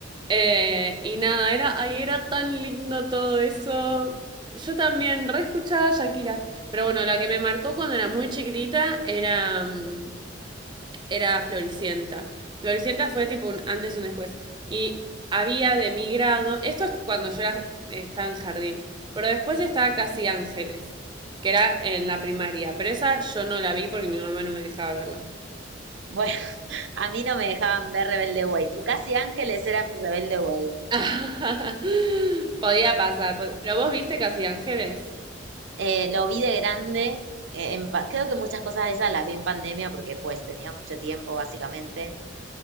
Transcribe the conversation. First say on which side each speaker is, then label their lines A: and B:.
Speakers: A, on the right; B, on the right.
A: Eh, y nada, era, ay, era tan lindo todo eso. Yo también re escuchaba a Shakira. Pero bueno, la que me marcó cuando era muy chiquitita era mm, era Floricienta. Floricienta fue tipo un antes y un después. Y había de mi grado, esto es cuando yo era, estaba en jardín, pero después estaba Casi Ángeles, que era en la primaria, pero esa yo no la vi porque mi mamá no me dejaba verla.
B: Bueno, <laughs> a mí no me dejaban ver Rebelde Way. Tú casi Ángeles era mi Rebelde Way.
A: <laughs> podía pasar, pod pero vos viste Casi Ángeles.
B: Eh, lo vi de grande. eh, en pa- creo que muchas cosas de esas las vi en pandemia porque pues tenía mucho tiempo básicamente